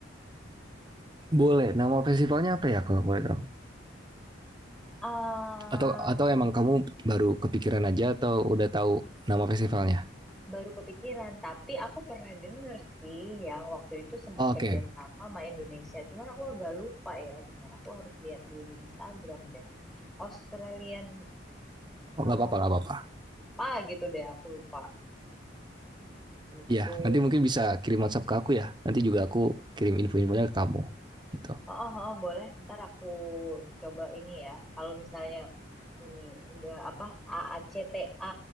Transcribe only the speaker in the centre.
Ah
baru kepikiran, tapi aku pernah denger sih yang waktu itu sempat
kerja
sama sama Indonesia. Cuman aku agak lupa ya, bentar aku harus lihat dulu di Instagram deh. Australian eh,
apa gitu deh, aku lupa gitu.
Oh, oh, oh, boleh. Ntar aku coba ini ya. Kalau misalnya ini udah apa AACTA